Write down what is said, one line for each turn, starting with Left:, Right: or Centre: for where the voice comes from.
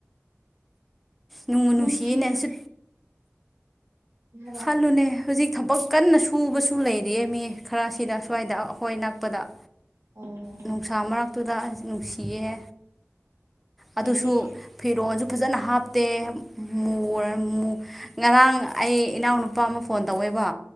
Centre: ꯅꯣꯡꯕꯨ ꯅꯨꯡꯁꯤꯌꯦꯅꯦ
Right: ꯅꯨꯡꯊꯤꯟꯗꯗꯤ
Centre: ꯁꯨ
Right: ꯍꯥꯕ
Centre: ꯈꯜꯂꯨꯅꯦ ꯍꯧꯖꯤꯛ ꯊꯕꯛ ꯀꯟꯅ ꯁꯨꯕꯁꯨ ꯂꯩꯔꯤꯑꯦ ꯃꯤ ꯈꯔꯁꯤꯗ ꯁ꯭ꯋꯥꯏꯗ ꯑꯈꯣꯏ ꯅꯛꯄꯗ꯫
Right: ꯑꯣ
Centre: ꯅꯨꯡꯁꯥ ꯃꯔꯛꯇꯨꯗ ꯑꯁ ꯅꯨꯡꯁꯤꯌꯦ ꯑꯗꯨꯁꯨ
Right: ꯑꯩꯗꯤ
Centre: ꯐꯤꯔꯣꯟꯁꯨ ꯐꯖꯅ ꯍꯥꯞꯇꯦ ꯃꯨꯔꯥ ꯃꯨ ꯉꯔꯥꯡ ꯑꯩ ꯏꯅꯥꯎꯅꯨꯄꯥ ꯑꯃ ꯐꯣꯟ ꯇꯧꯋꯦꯕ